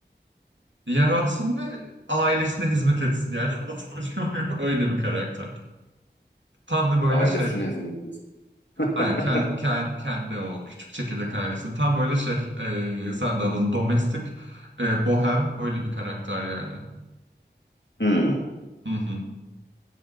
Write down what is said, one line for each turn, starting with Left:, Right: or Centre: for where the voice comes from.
Right: yaratsın ve ailesine hizmet etsin. Yani <laughs> anlatabiliyor muyum? Öyle bir karakter. Tam bir böyle
Left: Ailesine
Right: şey.
Left: hizmet istiyor.
Right: Yani
Left: <laughs>
Right: kendi, kendi, o küçük çekirdek ailesinin tam böyle şey eee sen de adını domestik, eee, bohem öyle bir karakter yani.
Left: Hmm,
Right: Hı hı.